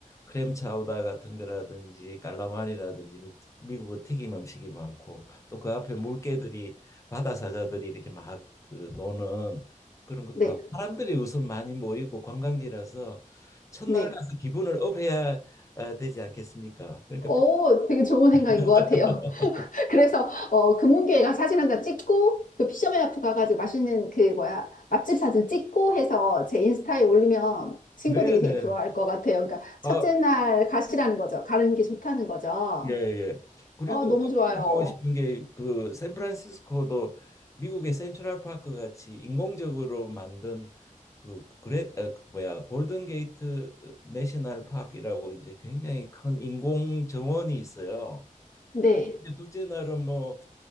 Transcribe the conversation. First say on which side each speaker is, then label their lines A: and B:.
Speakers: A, on the left; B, on the left.
A: 크렘 차우다 같은 거라든지 깔라마리라든지 미국은 튀김 음식이 많고 또 그 앞에 물개들이 바다 사자들이 이렇게 막 그 노는 그런 것도
B: 네.
A: 하고 사람들이 우선 많이 모이고 관광지라서 첫날
B: 네.
A: 가서 기분을 업해야 아, 되지 않겠습니까? 그러니까
B: 어, 되게 좋은 생각인
A: <laughs>
B: 것 같아요. 그래서 어 금문교회가 사진 한 장 찍고 그 피셔맨하프 가가지고 맛있는 그 뭐야 맛집 사진 찍고 해서 제 인스타에 올리면 친구들이
A: 네네.
B: 되게 부러워할 것 같아요. 그러니까 첫째
A: 아,
B: 날 가시라는 거죠. 가는 게 좋다는 거죠.
A: 예, 예.
B: 어
A: 그리고
B: 너무
A: 꼭
B: 좋아요.
A: 하고 싶은 게 그 샌프란시스코도 미국의 센트럴 파크 같이 인공적으로 만든 그 그레 어, 그 뭐야 골든 게이트 어, 내셔널 파크라고 이제 굉장히 큰 인공 정원이 있어요.
B: 네.
A: 이제 둘째 날은 뭐